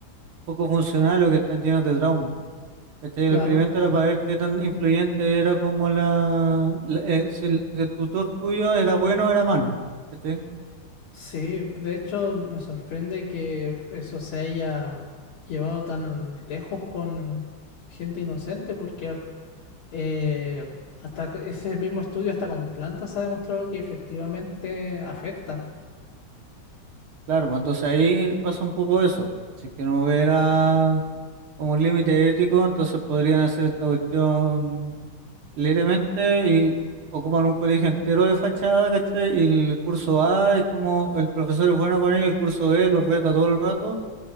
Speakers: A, on the right; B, on the left.
A: poco funcionales o que están llenos de trauma. ¿Cachai? El
B: Claro,
A: experimento era para ver qué tan influyente era como la, la- eh, si el, si el tutor tuyo era bueno o era malo. ¿Cachai?
B: sí, de hecho me sorprende que eso se haya llevado tan lejos con gente inocente porque eh, hasta que- ese mismo estudio hasta con plantas ha demostrado que efectivamente afecta.
A: Claro, pues entonces ahí pasa un poco eso. Si es que no hubiera como un límite ético, entonces podrían hacer esta cuestión libremente y ocupan un colegio entero de fachada, ¿cachai? Y el curso A es como el profesor es bueno con ellos, el curso B los reta todo el rato